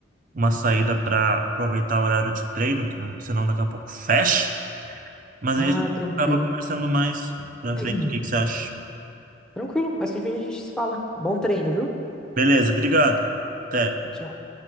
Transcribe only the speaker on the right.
uma saída para aproveitar o horário de treino, que não, senão daqui a pouco fecha. Mas
aí a gente
acaba conversando mais pra
frente. O que que você acha?
Beleza, obrigado. Até.